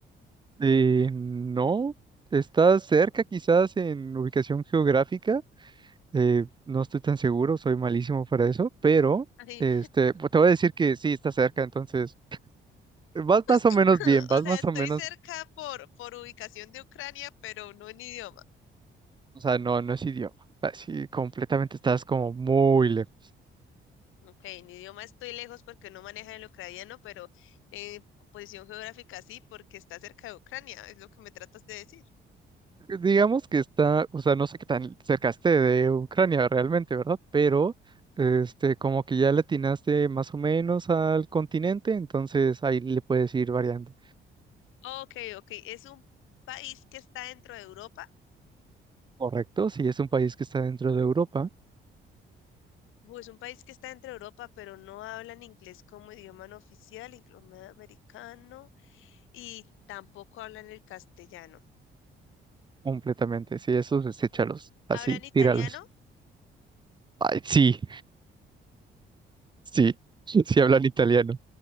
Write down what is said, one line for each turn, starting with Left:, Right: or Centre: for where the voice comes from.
Right: Eh, no, estás cerca quizás en ubicación geográfica. eh, no estoy tan seguro, soy malísimo para eso, pero
Left: Ay,
Right: este, pues, te voy a decir que sí, está cerca, entonces vas más o
Left: <laughs>
Right: menos bien, vas
Left: O sea,
Right: más
Left: estoy
Right: o menos,
Left: cerca por, por ubicación de Ucrania, pero no en idioma.
Right: o sea, no, no es idioma. Así completamente estás como muy lejos.
Left: Ok, en idioma estoy lejos porque no maneja el ucraniano, pero en posición geográfica sí, porque está cerca de Ucrania, es lo que me tratas de decir.
Right: Digamos que está, o sea, no sé qué tan cerca esté de Ucrania realmente, ¿verdad? Pero, este, como que ya le atinaste más o menos al continente, entonces ahí le puedes ir variando.
Left: Ok, ok, es un país que está dentro de Europa.
Right: Correcto, si es un país que está dentro de Europa,
Left: Uh, es un país que está dentro de Europa, pero no hablan inglés como idioma no oficial, idioma americano. y tampoco hablan el castellano.
Right: completamente. Si esos deséchalos, así,
Left: ¿Hablan italiano?
Right: tíralos. Ay, sí, sí, <laughs> sí hablan italiano.